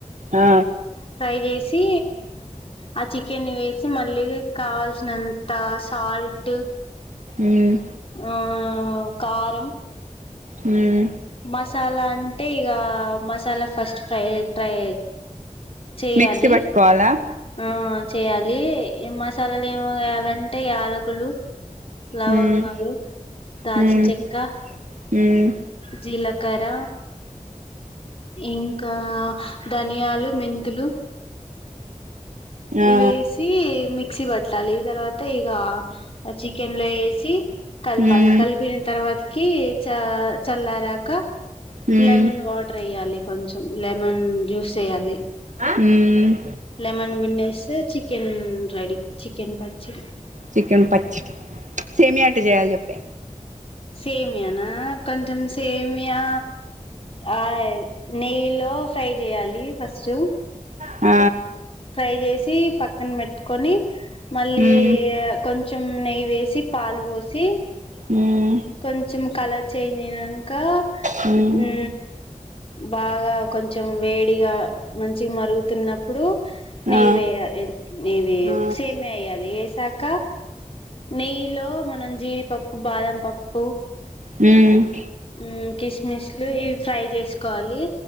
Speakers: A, on the right; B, on the left.
A: ఆ
B: ఫ్రై చేసి ఆ చికెన్ని వేసి మళ్ళీ కావాల్సినంత సాల్ట్
A: మ్మ్
B: హ్మ్ కారం
A: హ్మ్
B: మసాలా అంటే ఇగ masala first fry try చేయాలి
A: mixie బట్టుకోవాలా
B: ఆ చెయ్యాలి ఈ మసాలాలు ఏమి వేయాలంటే యాలకులు లవంగాలు
A: హ్మ్
B: దాచిన
A: హ్మ్
B: చెక్క
A: హ్మ్
B: జీలకర్ర ఇంకా ధనియాలు, మెంతులు
A: ఆ
B: ఇవేసి మిక్సీ బట్టాలి తర్వాత ఇగ చికెన్ లో ఏసి కల్పాలి,
A: హ్మ్
B: కలిపిన తర్వాత్కి చ చల్లారాక
A: హ్మ్
B: లెమన్ వాటర్ ఎయ్యాలి కొంచెం లెమన్ జ్యూస్ ఎయ్యాలి.
A: హ్మ్
B: లెమన్ బిండేస్తే చికెన్ రెడీ చికెన్ పచ్చడి
A: చికెన్ పచ్చడి సేమ్యా ఎట్ట జెయ్యాలి జెప్పే
B: సేమ్యా నా కొంచం సేమ్యా ఆయ్ నెయ్యిలో ఫ్రై జెయ్యాలి ఫస్టు
A: ఆ
B: ఫ్రై చేసి పక్కన్ బెట్కొని మళ్ళీ
A: హ్మ్
B: కొంచెం నెయ్యి వే సి పాలు బోసి
A: హ్మ్
B: కొంచెం కలర్ చేంజ్ ఐనంక
A: హ్మ్
B: హూ బాగా కొంచెం వేడిగా మంచిగ మరుగుతున్నప్పుడు నెయ్యి
A: ఆ
B: వేయా ఏ ఇది
A: ఆ
B: సేమ్యా వెయ్యాలి. వేసాక నెయ్యిలో మనం జీడిపప్పు, బాదం పప్పు ఓ
A: మ్మ్
B: మ్మ్ కిస్మిస్ లు ఇవి ఫ్రై చేస్ క్వాలీ